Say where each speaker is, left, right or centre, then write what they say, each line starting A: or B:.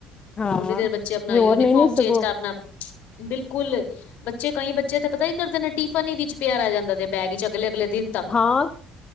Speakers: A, on the left (about 30°); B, on the left (about 55°).
A: ਹਾਂ
B: ਉਨੀ ਦੇਰ
A: ਤੇ
B: ਬੱਚੇ ਆਪਣਾ ਯੂਨੀਫਾਰਮ
A: ਹੋਰ ਨਹੀਂ ਨਹੀਂ ਸਗੋਂ
B: ਚੇਂਜ ਕਰਨਾ ਆਪਣਾ ਬਿਲਕੁਲ ਬੱਚੇ ਕਈ ਬੱਚੇ ਤੇ ਪਤਾ ਹੀ ਕਰਦੇ ਨੇ ਟਿਫਨ ਹੀ ਵਿੱਚ ਪਿਆ ਰਹਿ ਜਾਂਦਾ ਤੇ ਬੈਗ ਚ ਅਗਲੇ, ਅਗਲੇ ਦਿਨ ਤੱਕ।
A: ਹਾਂ,